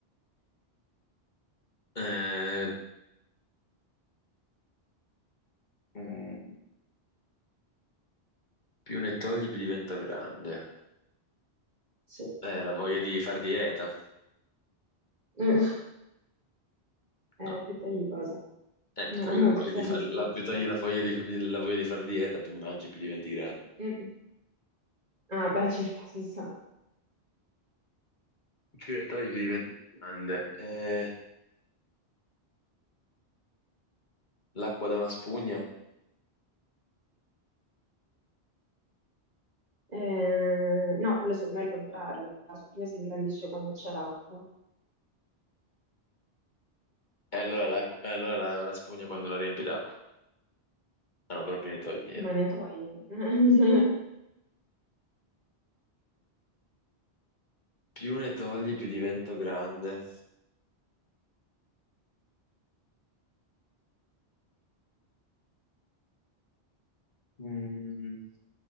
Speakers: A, on the left; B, on the right.
A: Eh, mm, più ne togli, più divento grande.
B: Sì.
A: Eh, la voglia di far dieta.
B: Mm. <laughs> Eh,
A: No,
B: più togli cosa?
A: eh,
B: Non
A: più togli
B: ha molto
A: la voglia
B: senso,
A: di far, la,
B: mi dispiace.
A: più togli la voglia di, di- la voglia di far dieta, più mangi, più diventi grande.
B: Mm. Ah, beh, ci sta, ci sta.
A: Più ne togli, più diventi grande. Eh, l'acqua da una spugna.
B: Eh, no, quello semmai è il contrario. La spugna si ingrandisce quando c'è l'acqua,
A: E allora, l'acqu- eh, allora la, la spugna quando la riempi d'acqua. Ah no, però più ne togli, niente.
B: ma ne togli. <laughs>
A: Più ne togli, più divento grande. Mm,